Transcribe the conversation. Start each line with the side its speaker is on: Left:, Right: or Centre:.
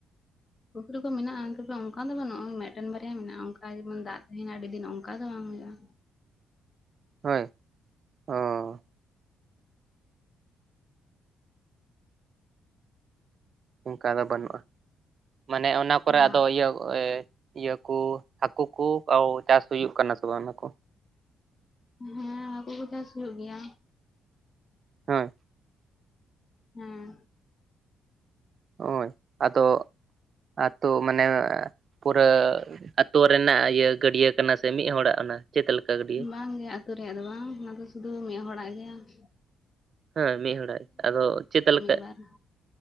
Left: ᱯᱩᱠᱷᱨᱤ ᱠᱚ ᱢᱮᱱᱟᱜᱼᱟ ᱛᱚᱵᱮ ᱚᱱᱠᱟ ᱫᱚ ᱵᱟᱱᱩᱜᱼᱟ ᱢᱮᱫ ᱴᱮᱱ ᱵᱟᱨᱭᱟ ᱢᱮᱱᱟᱜᱼᱟ ᱚᱱᱠᱟ ᱡᱮᱢᱚᱱ ᱫᱟᱜ ᱛᱟᱦᱮᱱᱟ ᱟᱹᱰᱤ ᱫᱤᱱ ᱚᱱᱠᱟ ᱫᱚ ᱵᱟᱝ ᱦᱩᱭᱩᱜᱼᱟ ᱾
Right: ᱦᱳᱭ ᱚᱻ ᱚᱱᱠᱟ ᱫᱚ ᱵᱟᱹᱱᱩᱜᱼᱟ ᱢᱟᱱᱮ ᱚᱱᱟ ᱠᱚᱨᱮ
Left: ᱵᱟᱝ
Right: ᱟᱫᱚ ᱤᱭᱟᱹ ᱮ ᱤᱭᱟᱹᱠᱩ ᱦᱟᱠᱩ ᱠᱩ ᱪᱟᱥ ᱦᱩᱭᱩᱜ ᱠᱟᱱᱟ ᱥᱮ ᱵᱟᱝ ᱚᱱᱟ ᱠᱚ?
Left: ᱦᱮᱸ ᱦᱟᱹᱠᱩ ᱠᱚ ᱪᱟᱥ ᱦᱩᱭᱩᱜ ᱜᱮᱭᱟ ᱾
Right: ᱦᱳᱭ ᱾
Left: ᱦᱮᱸ ᱾
Right: ᱦᱳᱭ ᱟᱫᱚ ᱟᱛᱳ ᱢᱟᱱᱮ ᱯᱩᱨᱟᱹ ᱟᱛᱳ ᱨᱮᱱᱟᱜ ᱤᱭᱟᱹ ᱜᱟᱹᱰᱭᱟᱹ ᱠᱟᱱᱟ ᱥᱮ ᱢᱤᱫ ᱦᱚᱲᱟᱜ ᱚᱱᱟ ᱪᱮᱫ ᱞᱮᱠᱟ? ᱜᱟᱹᱰᱭᱟᱹ
Left: ᱵᱟᱝ ᱜᱮ ᱟᱹᱛᱩ ᱨᱮᱭᱟᱜ ᱫᱚ ᱵᱟᱝ ᱚᱱᱟ ᱫᱚ ᱥᱩᱫᱩ ᱢᱤᱫ ᱦᱚᱲᱟᱜ ᱜᱮᱭᱟ ᱾
Right: ᱦᱮᱸ ᱢᱤᱫ ᱦᱚᱲᱟᱜ ᱦᱮᱸ ᱟᱫᱚ ᱪᱮᱫ ᱞᱮᱠᱟ
Left: ᱵᱟᱨ